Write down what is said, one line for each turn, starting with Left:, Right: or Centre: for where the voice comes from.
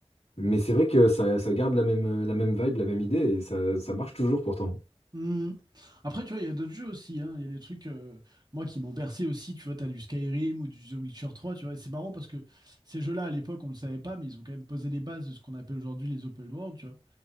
Left: mais c'est vrai que ça, ça garde la même, euh, la même vibe, la même idée, et ça, ça marche toujours pourtant.
Right: Mm. Après, tu vois, il y a d'autres jeux aussi. hein. Il y a des trucs, euh, moi, qui m'ont bercé aussi. Tu vois, t'as du Skyrim ou du The Witcher 3, tu vois. Et c'est marrant parce que ces jeux-là, à l'époque, on ne le savait pas, mais ils ont quand même posé les bases de ce qu'on appelle aujourd'hui les open world, tu vois.